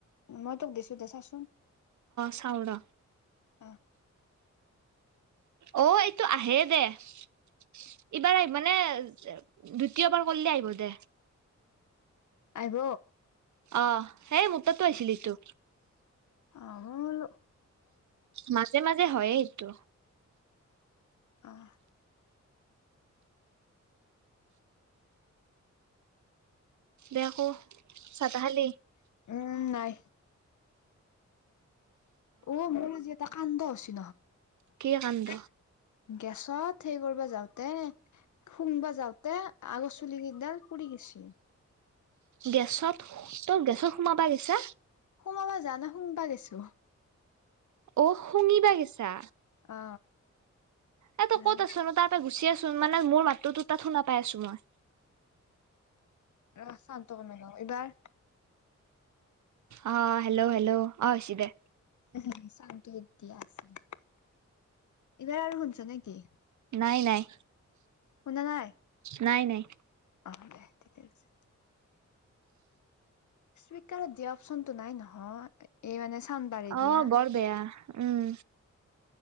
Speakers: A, on the left; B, on the right.
A: মই তোক দিছো দে, চাচোন।
B: চাও ৰ
A: অ
B: অ' এইটো আহে দে এইবাৰ আহিব নে? দ্বিতীয়বাৰ কৰিলে আহিব দে।
A: আহিব?
B: অ, হেই মোত তাতো আহিছিল এইটো
A: অ লো
B: মাজে মাজে হয়ে এইটো।
A: আহ
B: দে আকৌ চাহ তাহ খালি
A: উম নাই। অ মোৰ আজি এটা কান্দ হৈছি
B: কি কাণ্ড
A: <unintelligible> গেছত সেই কৰিব যাওঁতে শুংবা যাওঁতে আগৰ চুলি কেইডাল পুৰি গেছি।
B: গেছত তই গেছত সোমাবা গেছা
A: সোমাবা জা নাই শুংবা গেছো।
B: অ শুঙিবা গেছা।
A: অ
B: এ তই কত
A: এইবাৰ
B: আছানো তাতে গুছি আছো। মানে মোৰ মাততো তোৰ তাত শুনা পাই আছো মই।
A: ৰা চাউন্ত টো কমাই লও এইবাৰ।
B: অ' হেল্ল' হেল্ল' অছি দে
A: উ <unintelligible> চাউন্ততো এইবাৰ আৰু শুনিছ নেকি?
B: নাই নাই।
A: শুনা নাই?
B: নাই নাই।
A: অ' দে ঠিকে আছে। সকাৰত দিয়া অপচনতটো নাই নহয় এই মানে <inaudible> দিয়া।
B: অ' বৰ বেয়া, উম।